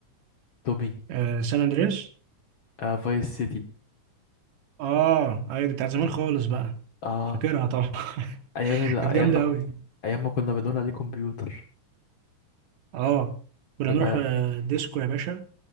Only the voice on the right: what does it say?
آه سان اندريس
اه ايوه دي بتاعت زمان خالص بقى
فاكرها طبعا <laughs>
كانت جامده
قوي
اه كنا
نروح
آه، ديسكو يا باشا